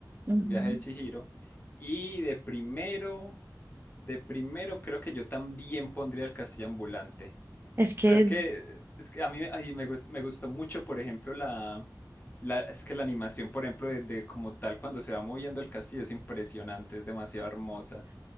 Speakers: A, on the right (about 35°); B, on the left (about 25°).
A: Ujú.
B: el viaje de Chihiro. Y de primero, de primero creo que yo también pondría el castillo ambulante.
A: Es que,
B: Pero es que, es que a mí, a mí me, gus- me gustó mucho, por ejemplo, la, la, es que la animación, por ejemplo, de, de como tal cuando se va moviendo el castillo es impresionante, es demasiado hermosa.